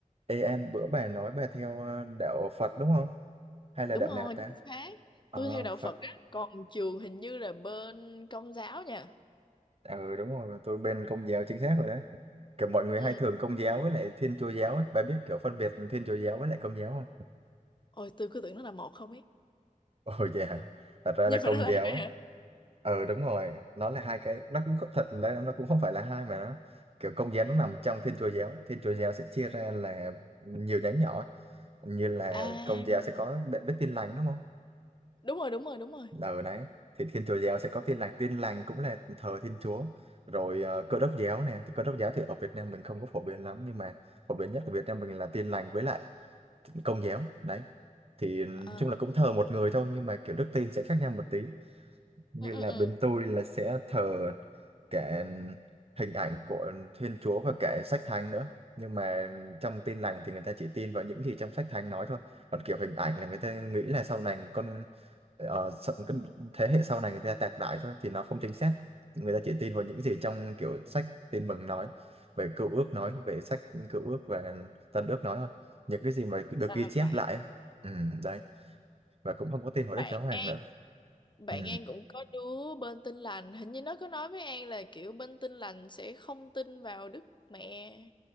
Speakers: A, on the right (about 45°); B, on the left (about 35°).
A: Ê An, bữa bà nói bà theo ờ, đạo Phật đúng không? Hay là
B: đúng
A: đạo
B: rồi
A: nào ta?
B: chính xác
A: Ờ,
B: tôi theo đạo
A: Phật.
B: Phật á còn trường hình như là bên Công giáo nha
A: Ừ đúng rồi, tôi bên Công giáo chính xác rồi đấy. Kiểu mọi người
B: ừ.
A: hay thường Công giáo với lại Thiên Chúa giáo ấy. Bà biết kiểu phân biệt Thiên Chúa giáo với lại Công giáo không?
B: ôi tôi cứ tưởng nó là một không ấy
A: <laughs> Ồ dạ, Thật ra
B: nhưng
A: là Công
B: mà nó là
A: giáo.
B: hai hả
A: Ừ đúng rồi, nó là hai cái, nó cũng không, thật là nó cũng không phải là hai mà nó kiểu Công giáo nó nằm trong Thiên Chúa giáo. Thiên Chúa giáo sẽ chia ra là nhiều nhánh nhỏ, ấy. như là
B: à
A: Công giáo sẽ có Bạn biết Tin lành đúng không?
B: đúng rồi đúng rồi đúng rồi
A: ở đấy thì Thiên Chúa giáo sẽ có Tin lành Tin lành cũng là thờ Thiên Chúa rồi ờ, Cơ đốc giáo nè Cơ đốc giáo thì ở Việt Nam mình không có phổ biến lắm nhưng mà phổ biến nhất ở Việt Nam mình là Tin lành với lại Công giáo đấy thì nói
B: Ờ,
A: chung là cũng thờ một người thôi nhưng mà kiểu đức tin sẽ khác nhau một tí như
B: ừ, ừ,
A: là
B: ừ.
A: bên tôi là sẽ thờ cả hình ảnh của Thiên Chúa và cả sách thánh nữa nhưng mà trong tin lành thì người ta chỉ tin vào những gì trong sách thánh nói thôi còn kiểu hình ảnh là người ta nghĩ là sau này con ờ, sợ- cái thế hệ sau này người ta tạc đại thôi thì nó không chính xác người ta chỉ tin vào những gì trong kiểu sách tin mừng nói về cựu ước nói về sách cựu ước và tân ước nói thôi những cái gì mà được
B: là
A: ghi
B: là
A: chép
B: vậy
A: lại á. ừ, đấy và cũng không có tin vào
B: bạn
A: Đức Giáo Hoàng
B: An
A: nữa
B: bạn
A: ừ.
B: An cũng có đứa bên Tin lành hình như nó có nói với An là kiểu bên Tin lành sẽ không tin vào Đức Mẹ